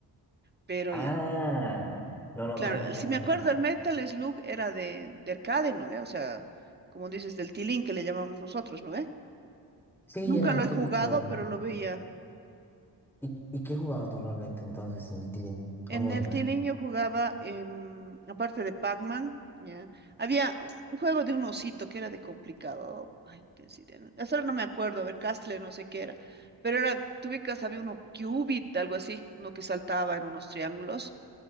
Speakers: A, on the right (about 25°); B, in the centre.
A: Pero
B: Ah,
A: ya,
B: no, no,
A: claro,
B: tranqui, tranqui,
A: si me acuerdo,
B: tranqui.
A: el Metal Slug era de, de arcade, ¿no ve? O sea, como dices, del tilín que le llamamos nosotros, ¿no ve?
B: Sí,
A: Nunca
B: era el
A: lo he
B: típico.
A: jugado, pero lo veía.
B: ¿Y, y qué jugabas normalmente entonces en el Tilín?
A: En
B: ¿O no
A: el
B: ibas?
A: tilín yo jugaba, em, aparte de Pac-Man, ya. Había un juego de un osito que era de complicado. Ay, no tienes idea, no- Hasta ahora no me acuerdo, a ver, Castle, no sé qué era. Pero era, tú ubicas, había uno Cubit, algo así, uno que saltaba en unos triángulos.